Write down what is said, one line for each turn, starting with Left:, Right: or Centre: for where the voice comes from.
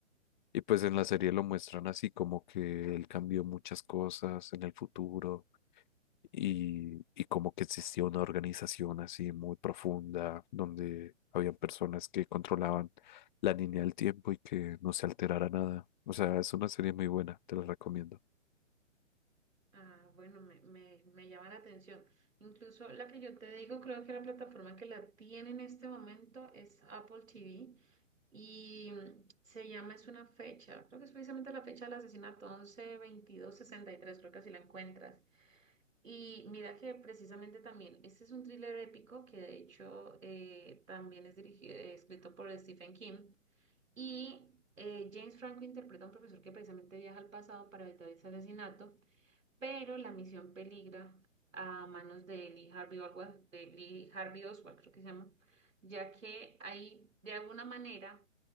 Left: y pues en la serie lo muestran así, como que él cambió muchas cosas en el futuro y, y como que existía una organización así muy profunda donde habían personas que controlaban la línea del tiempo y que no se alterara nada. O sea, es una serie muy buena, te la recomiendo.
Right: Ah, bueno, me, me, me llama la atención. Incluso la que yo te digo, creo que la plataforma que la tiene en este momento es Apple TV y mm, se llama, es una fecha, creo que es precisamente la fecha del asesinato once veintidós sesenta y tres. creo que así la encuentras. Y mira que precisamente también, este es un thriller épico que de hecho eh, también es dirigido, escrito por Stephen King y eh, James Franco interpreta a un profesor que precisamente viaja al pasado para evitar ese asesinato pero la misión peligra a manos de Lee Harvey Oswald, de Lee Harvey Oswald, creo que se llama, ya que hay de alguna manera